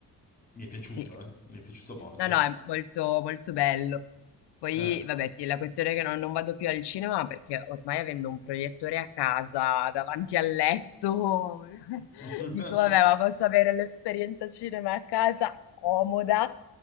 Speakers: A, on the left; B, on the left.
A: Mi è piaciuto,
B: Sì,
A: eh? Mi è piaciuto molto.
B: No, no, è molto, molto bello. Poi,
A: Eh.
B: vabbè, sì, la questione è che non, non vado più al cinema perché ormai avendo un proiettore a casa davanti al letto, <laughs>
A: <laughs>
B: dico, vabbè, ma posso avere l'esperienza cinema a casa comoda,